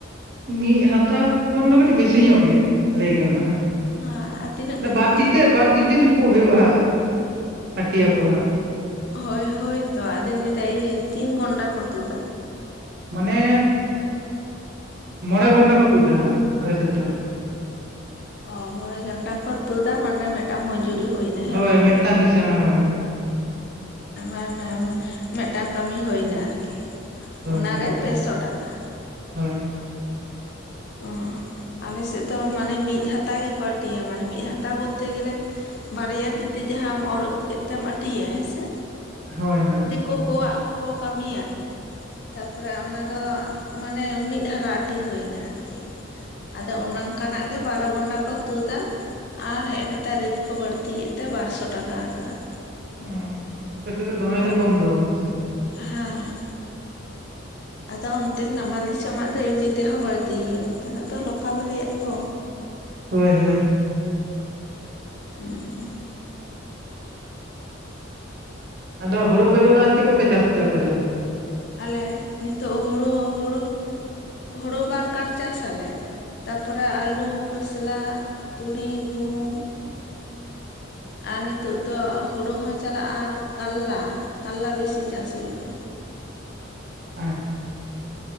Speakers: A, on the right; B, on the left.
A: ᱢᱤᱜ ᱦᱟᱛᱟ ᱠᱷᱚᱱ ᱫᱚ ᱠᱟᱹᱴᱤᱡ ᱵᱮᱥᱤ ᱧᱚᱜ ᱜᱮ ᱞᱟᱹᱭ ᱜᱟᱱᱚᱜᱼᱟ ᱦᱟᱸᱜ᱾
B: ᱦᱮᱸ ᱟᱨ ᱛᱤᱱᱟᱹᱜ ᱠᱚ
A: ᱵᱟᱨ
B: ᱛᱩᱫᱟ
A: ᱛᱤᱛᱮ ᱵᱟᱨ ᱛᱤᱛᱮ ᱪᱩᱯᱩᱜ ᱦᱳᱭᱳᱜᱼᱟ ᱦᱟᱸᱜ ᱟᱹᱴᱤᱭᱟᱠᱚ ᱦᱟᱸᱜ᱾
B: ᱦᱳᱭ ᱦᱳᱭᱛᱚ ᱟᱫᱚᱧ ᱞᱟᱹᱭ ᱫᱟ ᱤᱭᱟᱹ ᱛᱤᱱ ᱜᱷᱚᱱᱰᱟ ᱠᱚ ᱛᱳᱫᱟ?
A: ᱢᱟᱱᱮ ᱢᱚᱬᱮ ᱜᱷᱚᱱᱰᱟ ᱠᱚ ᱛᱩᱫᱟ ᱦᱟᱸᱜ ᱟᱞᱮᱥᱮᱜ ᱫᱚ᱾
B: ᱚ ᱢᱚᱬᱮ ᱜᱟᱱᱰᱟ ᱠᱚ ᱛᱩᱫᱟ ᱢᱟᱱᱮ ᱚᱸᱰᱮ ᱢᱤᱫᱴᱟᱝ ᱢᱚᱡᱩᱨᱤ ᱦᱩᱭ ᱱᱟ ᱦᱮᱸ
A: ᱦᱳᱭ
B: ᱵᱟᱝ?
A: ᱢᱤᱫᱴᱟᱝ ᱠᱤᱥᱟᱹᱱᱟᱜ ᱦᱳᱭ ᱦᱳᱭ
B: ᱦᱮᱸ ᱢᱤᱫᱴᱟᱝ ᱠᱟᱹᱢᱤ ᱦᱳᱭᱱᱟ ᱟᱨᱠᱤ᱾ ᱚᱱᱟᱨᱮ
A: ᱦᱳᱭ
B: ᱯᱮᱥᱚ ᱴᱟᱠᱟ᱾
A: ᱦᱳᱭ᱾
B: ᱚ ᱟᱞᱮ ᱥᱮᱜ ᱫᱚ ᱢᱟᱱᱮ ᱢᱤᱫ ᱦᱟᱛᱟ ᱜᱮᱠᱚ ᱟᱴᱤᱭᱟ ᱢᱟᱱᱮ ᱢᱤᱜ ᱦᱟᱛᱟ ᱵᱚᱞᱛᱮ ᱜᱮᱞᱮ ᱵᱟᱨᱭᱟ ᱛᱤᱛᱮ ᱡᱟᱦᱟᱸᱟᱢ ᱚᱨ ᱟᱹᱜᱩ ᱠᱮᱜ ᱛᱮᱢ ᱟᱹᱴᱤᱭᱟ ᱦᱮᱸᱥᱮ?
A: ᱦᱳᱭ ᱦᱳᱭ᱾
B: ᱠᱚᱠᱚᱣᱟᱜ ᱠᱚᱠᱚ ᱠᱟᱹᱢᱤᱭᱟ᱾ ᱛᱟᱯᱚᱨᱮ ᱚᱱᱟ ᱫᱚ ᱢᱟᱱᱮ ᱢᱤᱫ ᱦᱟᱞᱟ ᱟᱴᱤ ᱦᱩᱭᱱᱟ ᱟᱨᱠᱤ᱾ ᱟᱫᱚ ᱚᱱᱟᱝ ᱠᱟᱱᱟᱜ ᱜᱮ ᱵᱟᱨᱚ ᱜᱚᱱᱰᱟ ᱠᱚ ᱛᱩᱫᱟ᱾ ᱟᱨ ᱦᱮᱜᱼᱮ ᱱᱮᱛᱟᱨ ᱨᱮᱴ ᱠᱚ ᱵᱟᱹᱲᱛᱤ ᱭᱮᱫ ᱛᱮ ᱵᱟᱨᱥᱚ ᱴᱟᱠᱟ ᱟᱠᱟᱫᱟ ᱠᱚ᱾
A: ᱚ ᱟᱯᱮ ᱥᱮᱜ ᱫᱚ ᱫᱚᱢᱮ
B: ᱵᱟᱜ
A: ᱜᱮ ᱠᱚᱢ ᱫᱚ᱾ ᱥᱮ
B: ᱦᱮᱸ᱾ ᱟᱫᱚ ᱚᱱᱛᱮ ᱱᱟᱢᱟᱞ ᱫᱤᱥᱚᱢᱟᱜ ᱫᱚ ᱮᱢᱱᱤ ᱛᱮᱦᱚᱸ ᱵᱟᱹᱲᱛᱤ ᱜᱮᱭᱟ, ᱱᱚᱛᱮ ᱱᱟᱜ ᱫᱚ ᱞᱚᱠᱟᱞ ᱨᱮᱭᱟᱜ ᱛᱚ᱾
A: ᱦᱳᱭ ᱦᱳᱭ᱾
B: ᱦᱩᱸ᱾
A: ᱟᱫᱚ ᱦᱳᱲᱳ ᱵᱮᱜᱚᱨ ᱟᱨ ᱪᱮᱜ ᱠᱚᱯᱮ ᱪᱟᱥᱛᱮ ᱟᱯᱮ ᱫᱚ?
B: ᱟᱞᱮ ᱱᱤᱛᱚᱜ ᱦᱳᱲᱳ, ᱦᱳᱲᱳ, ᱦᱳᱲᱳ ᱵᱟᱨ ᱠᱟᱴ ᱪᱟᱥ ᱟᱞᱮ᱾ ᱛᱟᱯᱚᱨᱮ ᱟᱹᱞᱩ, ᱠᱷᱚᱥᱞᱟ, ᱛᱩᱲᱤ ᱜᱷᱩᱢ ᱟᱨ ᱱᱤᱛᱳᱜ ᱫᱚ ᱦᱳᱲᱳ ᱦᱚᱸ ᱪᱟᱞᱟᱜᱼᱟ, ᱟᱨ ᱠᱟᱞᱞᱟ, ᱠᱟᱞᱞᱟ ᱵᱮᱥᱤ ᱪᱟᱥ ᱦᱳᱭᱳᱜᱼᱟ᱾
A: ᱟᱪᱪᱷᱟ᱾